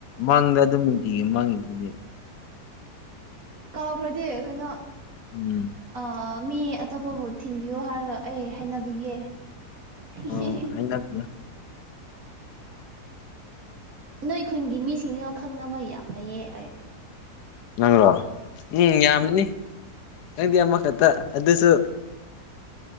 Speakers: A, on the left; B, on the right.
A: ꯃꯪꯗ ꯑꯗꯨꯝ ꯅꯨꯡꯇꯤꯒꯤ ꯃꯪꯉꯤꯁꯤꯗꯤ
B: ꯀꯥꯎꯈ꯭ꯔꯗꯤ ꯀꯩꯅꯣ
A: ꯎꯝ
B: ꯑꯥ ꯃꯤ ꯑꯇꯣꯞꯄꯕꯨ ꯊꯤꯟꯕꯤꯌꯣ ꯍꯥꯏꯔꯒ ꯑꯩ ꯍꯥꯏꯅꯕꯤꯒꯦ ꯍꯦꯍꯦꯍꯦ
A: ꯑꯣ ꯍꯥꯏꯅꯕꯤꯌꯣ
B: ꯅꯣꯏ ꯈꯨꯟꯒꯤ ꯃꯤꯁꯤꯡꯁꯤꯒ ꯈꯪꯅꯕ ꯌꯥꯝ ꯂꯩꯌꯦ ꯑꯩ
A: ꯅꯪꯔꯣ ꯎꯝ ꯌꯥꯝꯃꯅꯤ ꯅꯪꯗꯤ ꯑꯃꯈꯛꯇ ꯑꯗꯨꯁꯨ